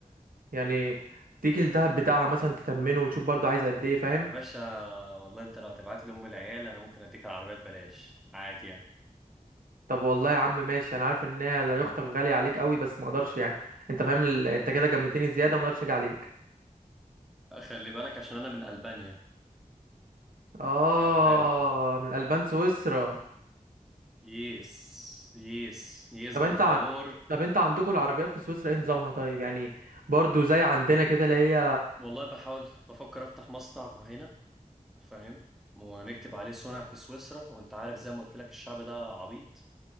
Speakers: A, on the right; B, in the centre.
A: يعني تيجي الدهب بتاعها مثلا تتمنه وتشوف برضو عايز قد ايه فاهم
B: يا باشا والله انت لو هتبعت لي ام العيال انا ممكن اديك العربية ببلاش عادي يعني
A: طب والله يا عم ماشي انا عارف ان هي زي اختك غاليه عليك قوي بس ما اقدرش يعني انت فاهم ال... انت كده جاملتني زياده ما اقدرش اجي عليك
B: خلي بالك عشان انا من البانيا
A: اه
B: خلي بالك يعني
A: من البان سويسرا
B: يس يس يس
A: طب
B: بور
A: انت
B: فاور
A: ع- طب انت عندكم العربيات في سويسرا ايه نظامها طيب يعني برضو زي عندنا كده اللي هي
B: والله بحاول بفكر افتح مصنع هنا فاهم ونكتب عليه صنع في سويسرا وانت عارف زي ما قلت لك الشعب ده عبيط